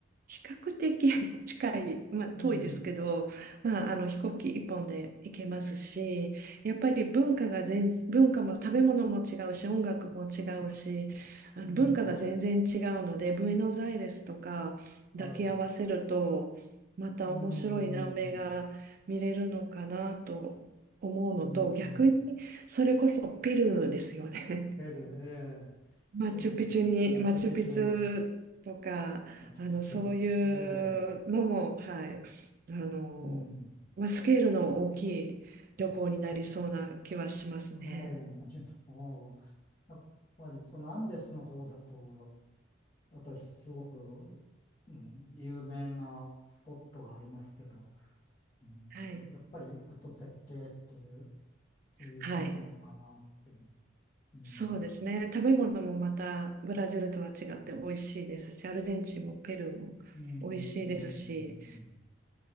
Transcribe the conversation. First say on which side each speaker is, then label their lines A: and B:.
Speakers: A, on the right; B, on the left.
A: 比較的 <laughs> 近い、まあ、
B: うん、
A: 遠いですけど、まあ、あの飛行機一本で行けますし、やっぱり文化が全、文化も食べ物も違うし、音楽も違うし、あの文化が全然違うので、
B: うん、
A: ブエノスアイレスとか抱き合わせると、
B: はい。う
A: また面白い南米が見れるのかなと思うのと、
B: ーん、うーん。
A: 逆にそれこそペルーですよね。
B: ペルー、ええ、
A: マチュピチュに、
B: ペルー、マチュピチュ、
A: マチュピチュとか、
B: マチュピチュ、
A: あの、そういうのも、
B: ええ、
A: はい、あの、
B: うん、
A: まあ、スケールの大きい旅行になりそうな気はしますね。
B: ええ、マチュピチュ、おーやっぱりそのアンデスの方だと、やっぱりすごく、うん、有名なスポットがありますけど、うん、
A: はい。
B: やっぱり行くと絶景っていう、そういう感じなのかなって、
A: はい。
B: うん、
A: そうですね。食べ物もまたブラジルとは違って美味しいですし、アルゼンチンもペルーも美味しいですし、
B: うん、うん